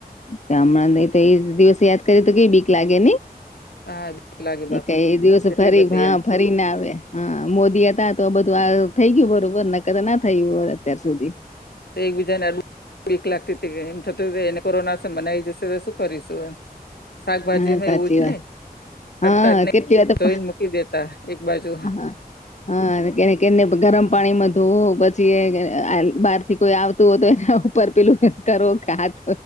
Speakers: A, on the left (about 45°); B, on the left (about 80°).
A: તમ દિવસત તો કઈ બીક લાગે
B: હા બીક લાગે બાપા
A: ક દિવસ
B: કેટલી
A: ફરી
B: બધી
A: હા
B: એમ
A: ફરી કરી આવે હા મોદી હતા તો બધું આ થઈ ગયું બરોબર કા ના થયું હોય, અતાર સુધી
B: તો એકબીજાને એ વીક લાગતી હતી એમ થતું એને કોરોના બનાઈ જશે તો શું કરીશું એમ શાકભાજીમાં
A: હા સાચી
B: એવું જ
A: વાત
B: ને
A: હા
B: અડતારને
A: કેટલી વાર તો
B: ધોઈને મૂકી દેતા એક બાજુ
A: હા હા કે કેને ગરમ પાણીમાં ધોવું પછી બહાર થી કોઈ આવતું હોય, તો એ પરપેલું કરો કે હાથ